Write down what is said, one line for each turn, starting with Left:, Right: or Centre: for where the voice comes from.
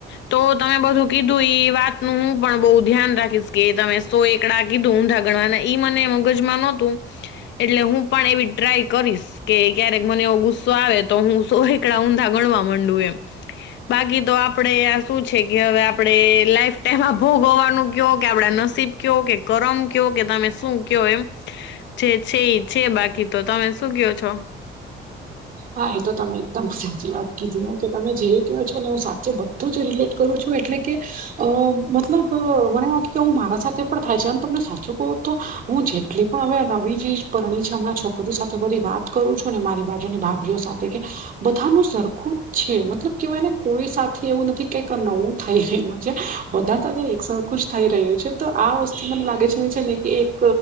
Left: તો તમે બધું કીધું ઈ વાત નું હું પણ બઉ ધ્યાન રાખીશ. કે તમે સો એકડા કીધું ઊંધા ગણવાના ઈ મને મગજમાં નહતું એટલે હું પણ એવી ટ્રાય કરીશ. કે ક્યારેક મને એવો ગુસ્સો આવે તો હું સો એકડા ઊંધા ગણવા માંડું એમ.
Right: <inaudible>
Left: બાકી તો આપડે આ શું છે, કે હવે આપડે લાઈફ ટાઈમમાં ભોગ હોવાનું ક્યો કે આપડા નસીબ ક્યો, કે કરમ ક્યો, કે તમે શું ક્યો એમ. જે છે ઈ છે, બાકી તો તમે શું ક્યો છો?
Right: હા એ તો તમે એકદમ સાચી વાત કીધી ને કે તમે જે ક્યો છો ને હું સાચે બધું જ રિલેટ કરું છું એટલે કે અ મતલબ મને વાત કે હું મારા સાથે પણ થાય છે એમ તમને સાચું કહું તો હું જેટલી પણ હવે નવી જે પરણી છે હમડા છોક <unintelligible> સાથે બધી વાત કરું છું ને મારી બાજુની ભાભીઓ સાથે કે બધાનું સરખું જ છે મતલબ કેવાય ને કોઈ સાથે એવું નથી કક નવું થઈ રહ્યું છે. વધા તા તે એક સરખુજ થઈ રહ્યો છે, તો આ વસ્તુ મને લાગે છે એ છે ને કે એક